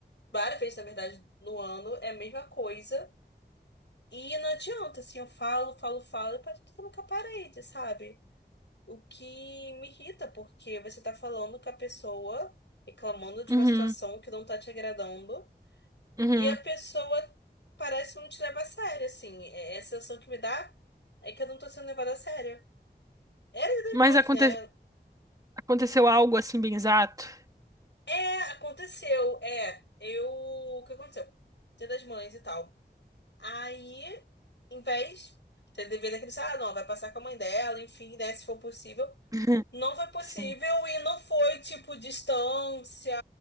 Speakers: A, on the left (about 85°); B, on the right (about 20°).
A: várias vezes, na verdade, no ano, é a mesma coisa. E não adianta, assim, eu falo, falo, falo, e parece que eu tô falando com a parede, sabe? O que me irrita, porque você tá falando com a pessoa, reclamando de
B: Uhum,
A: uma situação que não tá te agradando,
B: uhum.
A: e a pessoa parece não te leva a sério, assim. É é a sensação que me dá é que eu não tô sendo levada a sério. Era de
B: Mas
A: das mães,
B: aconte-
A: né?
B: aconteceu algo assim bem exato?
A: É, aconteceu. É, eu. O que aconteceu? Dia das mães e tal. Aí, em vez de dever daquele, ah, não, vai passar com a mãe dela, enfim, né, se for possível.
B: <laughs>
A: Não foi possível
B: Sim.
A: e não foi tipo distância,